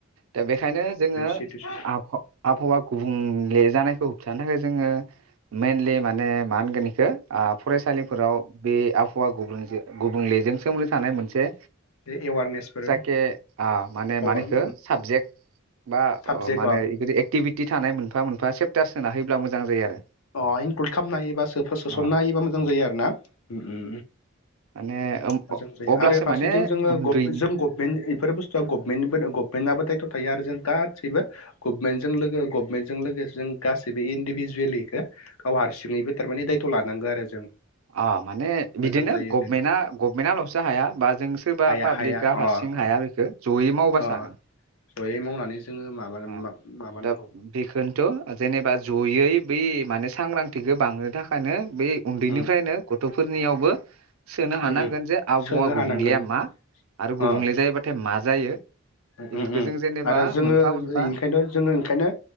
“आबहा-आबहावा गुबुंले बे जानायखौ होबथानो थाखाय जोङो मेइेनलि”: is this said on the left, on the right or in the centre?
Right